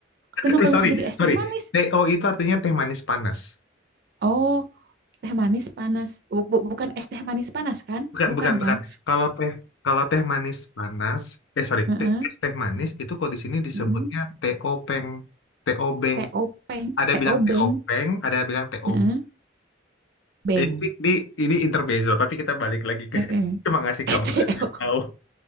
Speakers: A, on the left (about 70°); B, on the right (about 55°).
A: eh,
B: Kenapa
A: sorry,
B: bisa jadi es
A: sorry.
B: teh manis?
A: TO itu artinya teh manis panas.
B: Oh, teh manis panas. Bu- bu- bukan es teh manis panas kan?
A: Bukan,
B: Bukan
A: bukan, bukan.
B: kan?
A: Kalau teh kalau teh manis panas, eh sorry,
B: Heeh.
A: teh, es teh manis itu kalau di sini disebutnya
B: mm-mm.
A: TO Peng, TO Beng.
B: T-O-P,
A: Ada
B: T-O-Beng.
A: bilang TO Peng, ada bilang TO.
B: Heeh, Beng.
A: Ini, ini, ini intermezzo, tapi kita balik lagi ke
B: Heeh.
A: <laughs> cuma
B: <laughs>
A: ngasih kamu
B: T
A: aja
B: O
A: tahu.